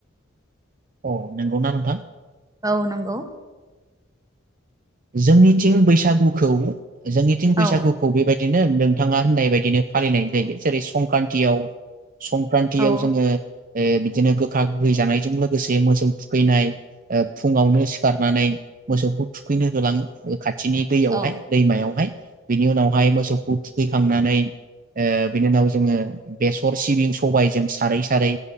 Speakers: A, on the right; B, on the right.
A: अ नंगौना नंङा
B: औ नंगौ
A: जोंनिथिं बैसागुखौ जोंनि थिं बैसागुखौ
B: औ
A: बेबायदि नो नोंथाङा होननाय बायदिनो फालिनाय जायो जेरै संक्रान्तियाव संक्रान्तियाव
B: औ
A: जोङो बिदिनो गोखा गोहै जानायजों लोगोसे मोसौ थुखैनाय फुङावनो सिखारनानै मोसौखौ थु खैनो होलां ङो खाथिनि दैयावहाय
B: औ
A: दैमायावहाय बिनि उनावहाय मोसौखौ थुखैखांनानै बिनि उनाव जोङो बेसर सिबिं सबायजों सारै सारै